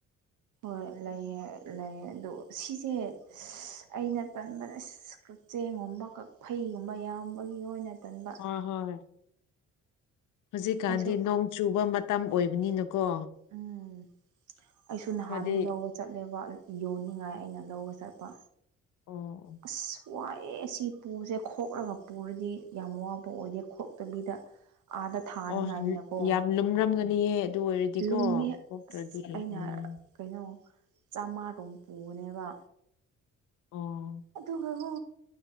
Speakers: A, on the right; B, on the left.
A: ꯍꯣꯏ ꯂꯩꯌꯦ ꯂꯩ ꯑꯗꯣ ꯁꯤꯁꯦ ꯑꯩꯅ ꯊꯟꯕꯗ ꯑꯁ ꯆꯦꯡꯒꯨꯝꯕ ꯀꯥꯛꯐꯩꯒꯨꯝꯕ ꯌꯥꯝꯕꯒꯤ ꯑꯣꯏꯅ ꯇꯟꯕ
B: ꯑꯥ ꯍꯣꯏ ꯍꯧꯖꯤꯛꯀꯥꯟꯗꯤ
A: ꯑꯩꯁꯨ
B: ꯅꯣꯡ ꯆꯨꯕ ꯃꯇꯝ ꯑꯣꯏꯕꯅꯤꯅꯀꯣ
A: ꯎꯝ ꯑꯩꯁꯨ ꯅꯍꯥꯟꯗꯨ
B: ꯈꯔꯗꯤ
A: ꯂꯧꯕ ꯆꯠ ꯂꯦꯕ ꯌꯣꯟꯅꯤꯡꯉꯥꯏ ꯑꯩꯅ ꯂꯧꯕ ꯆꯠꯄ
B: ꯑꯣ
A: ꯑꯁ ꯋꯥꯏꯌꯦ ꯁꯤ ꯄꯨꯁꯦ ꯈꯣꯛꯔꯒ ꯄꯨꯔꯗꯤ ꯌꯥꯝ ꯋꯥꯕ ꯑꯣꯏꯗꯦ ꯈꯣꯛꯇꯕꯤꯗ ꯑꯥꯗ ꯊꯥꯅꯤꯡꯉꯥꯏꯅꯤꯅꯀꯣ
B: ꯑꯣ ꯌꯥꯝ ꯂꯨꯝꯔꯝꯒꯅꯤꯌꯦ ꯑꯗꯨ ꯑꯣꯏꯔꯗꯤꯀꯣ
A: ꯂꯨꯝꯃꯦ
B: ꯀꯣꯛꯇ꯭ꯔꯗꯤ
A: ꯑꯁ ꯑꯩꯅ
B: ꯎꯝ
A: ꯀꯩꯅꯣ ꯆꯥꯝꯃꯥꯔꯣꯝ ꯄꯨꯕꯅꯦꯕ
B: ꯑꯣ
A: ꯑꯗꯨꯒꯀꯣ